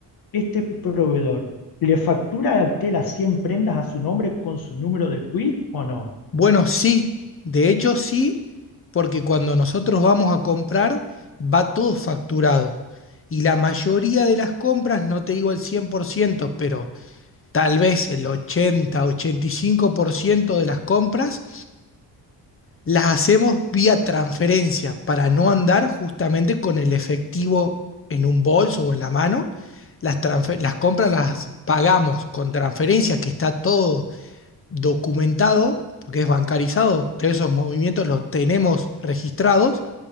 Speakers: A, on the left; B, on the left.
A: Este proveedor, ¿le factura a usted las 100 prendas a su nombre con su número de quit o no?
B: Bueno, sí, de hecho sí, porque cuando nosotros vamos a comprar va todo facturado. Y la mayoría de las compras, no te digo el 100% pero tal vez el ochenta ochenta y cinco por ciento de las compras las hacemos vía transferencia para no andar justamente con el efectivo en un bolso o en la mano. Las, transfe- las compras las pagamos con transferencias, que está todo documentado, porque es bancarizado, todos esos movimientos los tenemos registrados